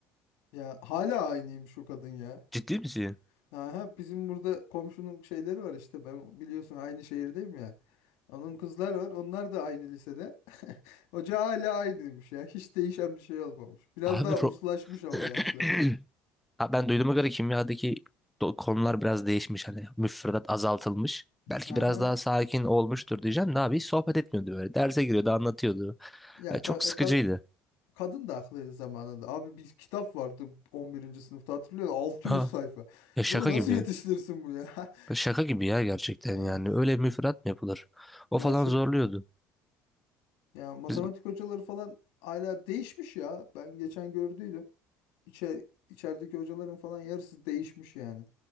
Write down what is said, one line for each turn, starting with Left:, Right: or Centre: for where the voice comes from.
Left: Ya hala aynıymış o kadın ya.
Centre: Ciddi misin?
Left: Aha, bizim burada komşunun şeyleri var işte ben biliyorsun aynı şehirdeyim ya. Onun kızlar var onlar da aynı lisede. <laughs> Hoca hala aynıymış ya hiç değişen bir şey olmamış. Biraz
Centre: Abi
Left: daha uslaşmış
Centre: ro
Left: ama
Centre: <clears throat>
Left: yaşlı.
Centre: Ha, ben duyduğuma göre kimyadaki do- konular biraz değişmiş hani müfredat azaltılmış. Belki
Left: Aha.
Centre: biraz daha sakin olmuştur diyeceğim. Ne abi hiç sohbet etmiyordu böyle. Derse giriyordu, anlatıyordu.
Left: Ya
Centre: Ya
Left: ka-
Centre: çok sıkıcıydı.
Left: ka- kadın da haklıydı zamanında. Abi bir kitap vardı 11. sınıfta hatırlıyor musun? 600
Centre: Ha,
Left: sayfa.
Centre: ya şaka
Left: Bunu nasıl
Centre: gibi.
Left: yetiştirirsin bu ya? <laughs>
Centre: Ya Şaka gibi ya gerçekten
Left: Hani,
Centre: yani. Öyle müfredat mı yapılır? O
Left: ya
Centre: falan
Left: şimdi
Centre: zorluyordu.
Left: ya matematik
Centre: Biz,
Left: hocaları falan hala değişmiş ya. Ben geçen gördüydüm. İçer, içerideki hocaların falan yarısı değişmiş yani.